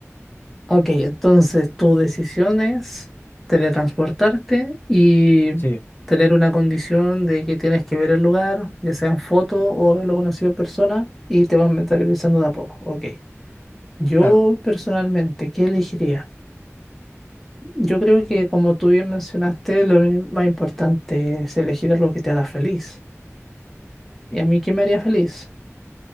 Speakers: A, in the centre; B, on the left.
A: Ok, entonces tu decisión es teletransportarte y
B: Sí,
A: tener una condición de que tienes que ver el lugar, ya sea en foto o haberlo conocido en persona, y te vas mentalizando de a poco. Ok. Yo
B: claro,
A: personalmente, ¿qué elegiría? Yo creo que como tú bien mencionaste, lo mi- más importante es elegir lo que te haga feliz.
B: sí.
A: ¿Y a mí qué me haría feliz?